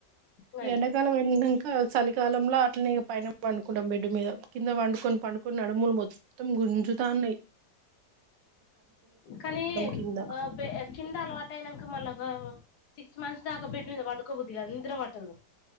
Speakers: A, on the left; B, on the right.
A: గంతే
B: ఈ ఎండాకాలం ఎళ్ళినంక చలికాలంల అట్లనేగా పైన పండుకుంటాం బెడ్డు మీద కింద పండుకొని పండుకొని నడుములు మొత్తం గుంజుతాన్నాయి
A: కానీ
B: కింద
A: ఆ కింద అలవాటు అయినా మళ్ళా బావ్ సిక్స్ మంత్స్ దాకా బెడ్డు మీద పడుకో బుద్ధి కాదు నిద్ర పట్టదు